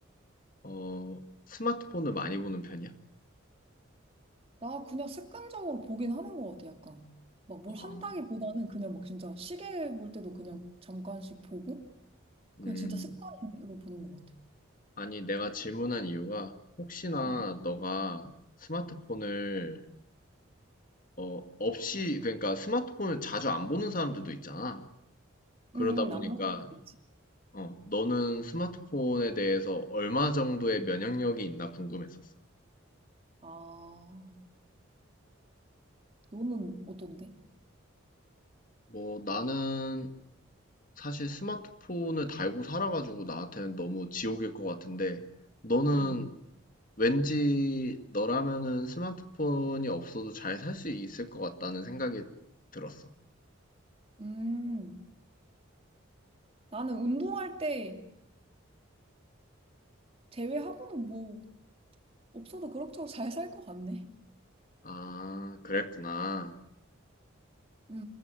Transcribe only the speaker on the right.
나 그냥 습관적으로 보긴 하는 것 같아, 약간. 막 뭘
한다기보다는 그냥 막 진짜 시계 볼 때도 그냥 잠깐씩 보고,
그냥 진짜 습관으로 보는 것 같아.
응.
음,
안 먹는 거 있지.
아, 너는 어떤데?
응.
음, 나는 운동할 때 제외하고는 뭐, 없어도 그럭저럭 잘 살 것 같네.
응.